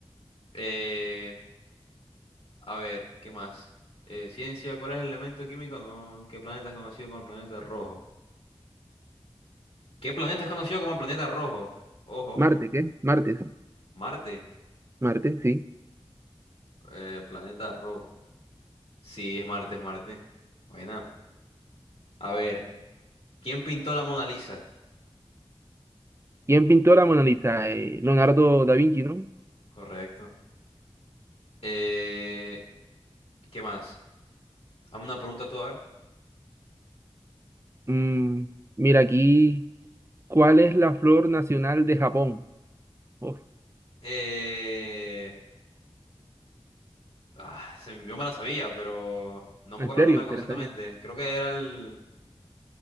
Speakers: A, on the left; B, on the right.
A: Eh, a ver, ¿qué más? Eh, ciencia, ¿cuál es el elemento químico? No, ¿qué planeta es conocido como el planeta rojo? ¿Qué planeta es conocido como el planeta rojo? Ojo,
B: Marte, ¿qué? Martes.
A: Marte.
B: Marte, sí.
A: Eh, planeta rojo. Sí, es Marte, es Marte. Bueno, a ver, ¿quién pintó la Mona Lisa?
B: ¿Quién pintó la Mona Lisa? Eh, Leonardo da Vinci, ¿no?
A: Correcto. Eh, ¿qué más? Hazme una pregunta tú, a ver.
B: Mm, mira aquí, ¿cuál es la flor nacional de Japón? Uf,
A: Eh, ah, se yo me la sabía, pero no me
B: ¿en
A: acuerdo
B: serio?
A: el nombre
B: ¿Te
A: exactamente.
B: la sabías?
A: Creo que era el...